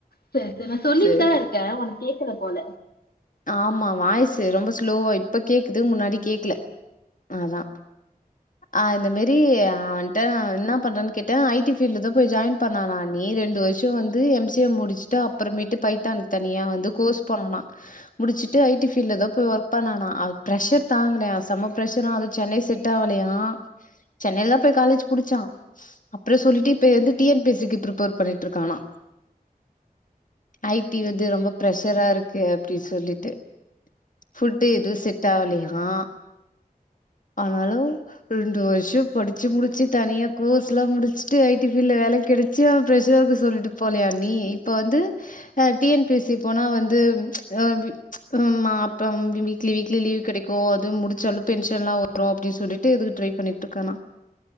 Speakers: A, on the left; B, on the left.
A: சரி சரி நா சொல்லிட்டுதா
B: சேரி
A: இருக்கே உனக்கு கேக்கல போல
B: ஆமா வாய்ஸ் து ரொம்ப ஸ்லோவா இப்ப கேக்குது முன்னாடி கேக்கல அதா ஆஹ் இந்த மாரி அவன்ட்ட நா என்னா பண்றன் கேட்டே ஐ டி ஃபீல்ல தா போய் ஜாய்ன் பண்ணானா அண்ணி ரெண்டு வருஷோ வந்து எம் சி ஏ முடிச்சுட்டு அப்பறமேட்டு பைத்தான் தனியா வந்து கோர்ஸ் போனானா முடிச்சிட் டு ஐ டி ஃபீல்ல தா போய் ஒர்க் பண்ணானா அது ப்ரஷர் தாங்கலயா செம்ம ப்ரஷர்ரா அது சென்னை செட் ஆவலையா சென்னைல் தா போய் காலேஜ் முடிச்சா அப்பறோ சொல்லிட்டு இப்ப வந்து டி என் பி சி க்கு ப்ரிப்பர் பண்ணிட்ருக்கானா ஐ டி வந்து ரொம்ப ப்ரஷரா இருக்கு அப்டி சொல்லிட்டு ஃபுட்டு எது செட் ஆவலையா ஆனாலு ரெண்டு வருஷோ படிச்சு முடிச்சு தனியா கோர்ஸ் எல்லா முடிச்சுட்டு ஐ டி ஃபீல்ல வேல கெடச்சு ப்ரஷராருக்கு சொல்லிட்டு போலயா அண்ணி இப்ப வந்து அஹ் டி என் பி சி போனா வந்து <unintelligible> ப்ப ம் வி வீக்லி வீக்லி கெடைக் ஓ அதுவு முடிச்சாலு பென்ஷன்லா அப்றோ அப்டி சொல்லிட்டு இதுக்கு ட்ரை பண்ணிட்ருக்கானா